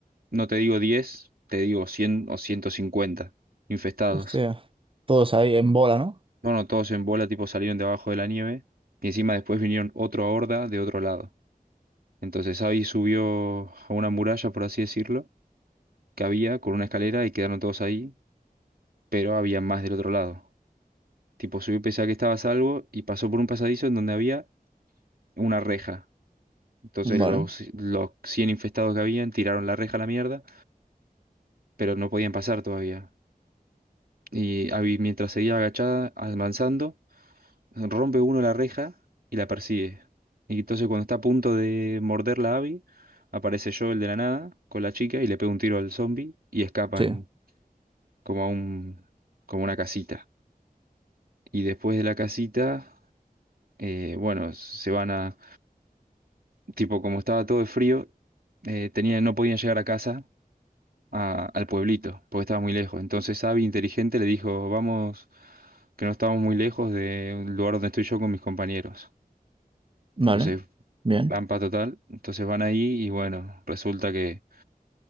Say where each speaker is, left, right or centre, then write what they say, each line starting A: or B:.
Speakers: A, on the right (about 70°); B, on the right (about 35°).
A: no te digo diez te digo 100 o 150 infestados.
B: Hostia, todos ahí en bola, ¿no?
A: Bueno, todos en bola tipo salieron debajo de la nieve y encima después vinieron otra horda de otro lado. Entonces Abby subió a una muralla, por así decirlo, que había con una escalera y quedaron todos ahí, pero había más del otro lado. Tipo, subió y pensaba que estaba a salvo y pasó por un pasadizo en donde había una reja. Entonces
B: Vale,
A: los, los 100 infestados que habían tiraron la reja a la mierda, pero no podían pasar todavía. Y Abby, mientras seguía agachada, avanzando, rompe uno la reja y la persigue. Y entonces cuando está a punto de morderla a Abby, aparece Joel de la nada con la chica y le pega un tiro al zombie y escapan
B: sí,
A: como a un, como una casita. Y después de la casita, eh, bueno, se van a, tipo, como estaba todo de frío, eh, tenían, no podían llegar a casa, a- al pueblito, porque estaba muy lejos. Entonces Abby, inteligente, le dijo, vamos, que no estábamos muy lejos de un lugar donde estoy yo con mis compañeros.
B: vale,
A: Entonces,
B: bien.
A: trampa total. Entonces van ahí y bueno, resulta que